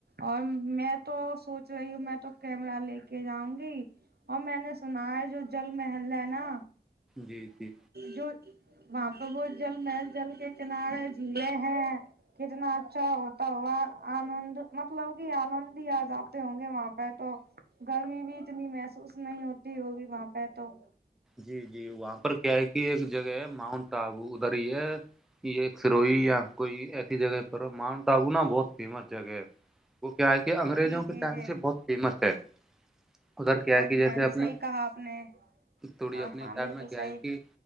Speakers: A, on the right; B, in the centre.
A: اور میں تو سوچ رہی ہوں میں تو کیمرا لے کے جاؤں گی اور میں نے سنا ہے جو جل محل ہے نا
B: جی جی
A: جو وہاں پہ وہہت جل محل جل کے کنارے جھیلیں ہیں کتنا اچھا ہوتا ہوا آنند مطلب کہ آنند بھی یاد آتے ہوں گے وہاں پہ تو گرمی بھی اتنی محسوس نہیں ہوتی ہوگی وہاں پہ تو
B: جی جی وہاں پر کیا ہے کہ ایک جگہ ہے ماؤنٹ ٹابو ادھر ہی ہے کہ ایک سروئی یا کوئی ایسی جگہ پر ماؤنٹ آٹابو نہا بہت فیمس جگہ ہے وہ کیا ہے کہ انگریزوں
A: جی
B: کے
A: جی
B: ٹائم
A: جی
B: سے بہت فیمس ہے ادھر کیا
A: ہاں
B: ہے کہ
A: جی
B: جیسے
A: ہاں جی
B: اپنے
A: صحیح کہا آپ نے
B: تھوڑی
A: ہاں
B: اپنی
A: ہاں
B: سائڈ
A: بالکل
B: میں کیا
A: صحیح
B: ہے کہ